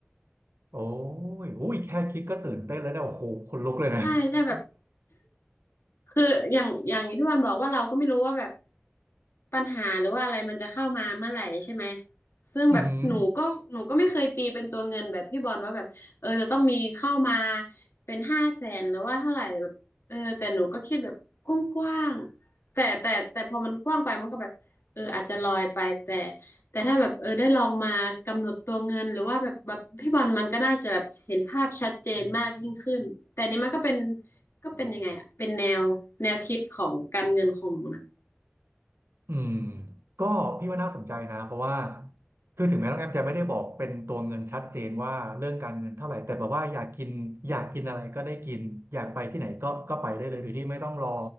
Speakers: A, on the right (about 75°); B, on the left (about 75°).
A: โอ้ยอุ้ยแค่คิดก็ตื่นเต้นแล้วเนี่ยโอ้โหขนลุกเลยนะ
B: ใช่ใช่แบบ คืออย่างอย่างที่พี่บอลบอกว่าเราก็ไม่รู้ว่าแบบปัญหาหรือว่าอะไรมันจะเข้ามาเมื่อไหร่ใช่ไหมซึ่งแบบหนูก็หนูก็ไม่เคยตีเป็นตัวเงินแบบพี่บอลว่าแบบเออจะต้องมีเข้ามา
A: อือหือ
B: เป็นห้าแสนหรือว่าเท่าไหร่แบบเออแต่หนูก็คิดแบบกว้างๆแต่แต่แต่พอมันกว้างไปมันก็แบบเอออาจจะลอยไปแต่แต่ถ้าแบบเออได้ลองมากำหนดตัวเงินหรือว่าแบบแบบพี่บอลมันก็น่าจะแบบเห็นภาพชัดเจนมากยิ่งขึ้นแต่อันนี้มันก็เป็น ก็เป็นยังไงอ่ะเป็นแนวแนวคิดของการเงินของหนูนะ
A: อืมก็พี่ว่าน่าสนใจนะเพราะว่าคือถึงแม้น้องแอมจะไม่ได้บอกเป็นตัวเงินชัดเจนว่าเรื่องการเงินเท่าไหร่แต่แบบว่าอยากกินอยากกินอะไรก็ได้กินอยากไปที่ไหนก็ก็ไปได้เลยโดยที่ไม่ต้องรอ